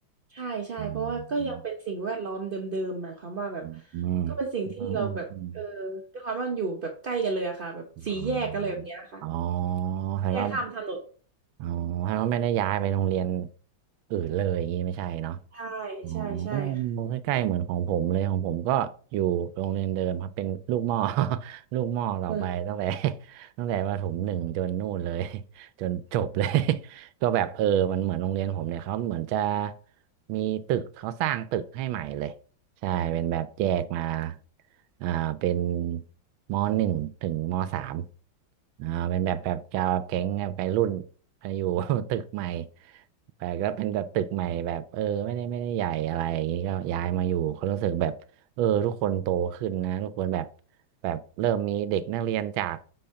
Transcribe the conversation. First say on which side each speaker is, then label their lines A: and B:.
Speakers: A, on the right; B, on the right.
A: ใช่ใช่เพราะว่าก็ยังเป็นสิ่งแวดล้อมเดิมๆหมายความว่าแบบ
B: อืมอืมอ
A: ก็เป็นสิ่งที่เราแบบเออ
B: ืมอืมอืม
A: ด้วยความว่ามันอยู่แบบใกล้กันเลยอะค่ะแบบสี่แยกอะไรแบบเนี้ยค่ะ
B: อมอ๋อแสดงว่า
A: แค่ข้ามถนน
B: อ๋อแสดงว่าไม่ได้ย้ายไปโรงเรียนอื่นเลยอย่างนี้ไม่ใช่เนาะ
A: ใช่ใช่ใช่ค่ะ
B: อ๋อใกล้ๆเหมือนของผมเลยของผมก็อยู่โรงเรียนเดิมครับเป็นลูกหม้อ <laughs> ลูกหม้อต่อไปตั้งแต่
A: เมือง
B: <laughs> ตั้งแต่ประถมหนึ่งจนนู่นเลยจนจบเลย <laughs> ก็แบบเออมันเหมือนโรงเรียนผมเนี่ยเขาเหมือนจะมีตึกเขาสร้างตึกให้ใหม่เลยใช่เป็นแบบแยกมาอ่าเป็นมหนึ่งถึงมสามอ่าเป็นแบบแบบจะแก๊งแบบไปรุ่นไปอยู่ <laughs> ตึกใหม่ แต่ก็เป็นแบบตึกใหม่แบบเออไม่ได้ไม่ได้ใหญ่อะไรอย่างนี้ก็ย้ายมาอยู่เขารู้สึกแบบเออทุกคนโตขึ้นนะทุกคนแบบแบบเริ่มมีเด็กนักเรียนจาก